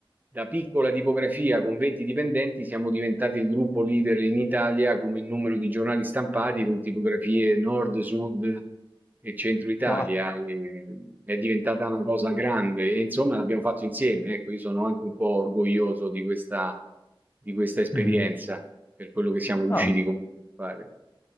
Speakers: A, on the right; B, on the left.
A: da piccola tipografia con 20 dipendenti siamo diventati il gruppo leader in Italia come numero di giornali stampati con tipografie nord, sud e centro Italia.
B: Cazzo.
A: E è diventata una cosa grande e insomma l'abbiamo fatto insieme. Ecco, io sono anche un po' orgoglioso di questa, di questa esperienza
B: Mm.
A: per quello che siamo riusciti
B: No,
A: comunque a fare.